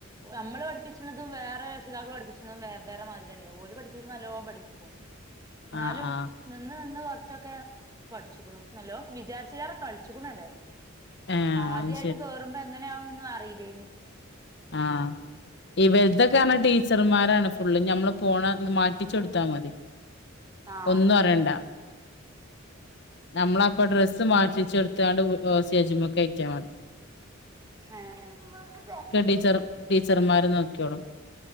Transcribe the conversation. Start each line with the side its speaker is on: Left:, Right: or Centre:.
Right: നമ്മള് പഠിപ്പിച്ചിക്കുന്നതും വേറെ രക്ഷിതാക്കൾ പഠിപ്പിച്ചതും വേ വേറെ മാതിരിയാണ് ഓല് പഠിപ്പിക്കുമ്പോ നല്ലോ പഠിപ്പിക്കും. എന്നാലും
Left: ആഹ് ആഹ്
Right: നിന്ന് നിന്ന് വ ച്ചൊക്കെ പഠിച്ചുക്ക്ണു നല്ലോ വിചാരിച്ച <unintelligible> കളിച്ചിക്ക്ണു ഏതായാലും
Left: ഏഹ്
Right: ആ ആദ്യായിട്ട്
Left: അത്
Right: കേറുമ്പ അങ്ങനന്നൊന്നും അറിയില്ലേനി.
Left: ആഹ ഈ വലുതൊക്ക ആണോ ടീ ച്ചർമാരാണ് ഫുള്ള് നമ്മള് പോണ മാറ്റിച്ചെടുത്താ മതി.
Right: ആഹ്
Left: ഒന്നും
Right: ആഹ്
Left: അറിയണ്ട. നമ്മള അപ്പ ഡ്രസ്സ് മാറ്റിച്ചടുത്ത് എത്താണ്ട് സ്റ്റേജിമൊക്കെ കെയറ്റിയ മതി.
Right: ആഹ ആ
Left: ബ <unintelligible> ടീച്ചർമാര് നോക്കിയോളും.